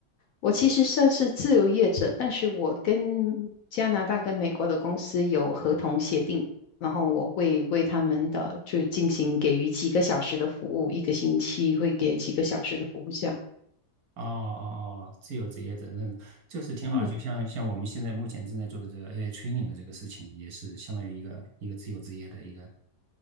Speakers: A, on the left (about 65°); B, on the right (about 65°).
A: 我其实算是自由业者，但是我跟加拿大跟美国的公司有合同协定。然后我会为他们的就进行给予几个小时的服务，一个星期会给几个小时的服务这样。
B: 哦哦哦，自由职业者，那这是挺好的。
A: 嗯
B: 就像像我们现在目前正在做的这个 AI training 的这个事情，也是相当于一个一个自由职业的一个，